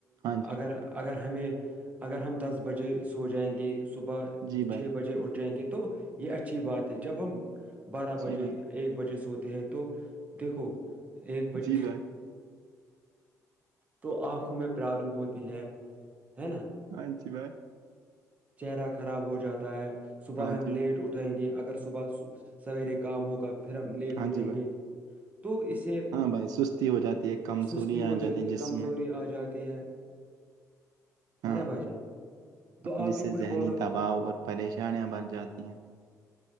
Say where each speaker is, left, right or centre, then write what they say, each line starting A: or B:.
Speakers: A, on the right (about 75°); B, on the right (about 25°).
A: ہاں جی بھائی
B: اگر اگر ہمیں اگر ہم دس بجے سو جائیں گے صبح
A: جی بھائی
B: چھ بجے اٹھ جائیں گے تو یہ اچھی بات ہے جب ہم بارہ
A: جی
B: بجے
A: بھائی
B: ایک بجے سوتے ہیں تو دیکھو ایک بجے
A: جی بھائی
B: تو آنکھوں میں پرابلم ہوتی ہے ہے نا
A: ہاں شی بائے
B: چہرہ خراب ہو جاتا ہے صبح
A: ہاں
B: ہم
A: جی بھائی
B: لیٹ اٹھ اٹھیں گے اگر صبح سویرے کام ہوگا پھر ہم لیٹ
A: ہاں
B: اٹھیں
A: جی بھائی
B: گے تو اسی سے
A: ہاں بھائی سستی ہو جاتی ہے کمزوریاں
B: سستی ہو
A: آ
B: جاتی ہے
A: جسم
B: کمزوری
A: میں
B: آ جاتی ہے
A: ہاں
B: ہے نا بائی جان تو آپ
A: جس
B: بھی
A: سے
B: کچھ
A: ذہنی
B: بولو
A: دباؤ اور پریشانیاں بڑھ جاتی ہیں